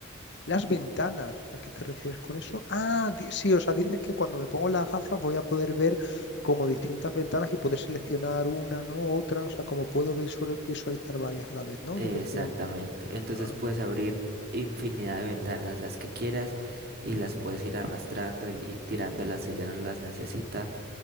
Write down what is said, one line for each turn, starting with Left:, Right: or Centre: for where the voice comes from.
Left: Las ventanas, ¿a qué te refieres con eso? Ah, di- sí, o sea, dices que cuando me pongo las gafas voy a poder ver como distintas ventanas y poder seleccionar una, ¿no? Otra, o sea, como puedo visual- visualizar varias a la vez, ¿no?
Right: Exactamente.
Left: Lo que te quieres decir.
Right: Entonces
Left: ah.
Right: puedes abrir infinidad de ventanas las que quieras y las puedes ir arrastrando y, y tirándolas si ya no las necesita.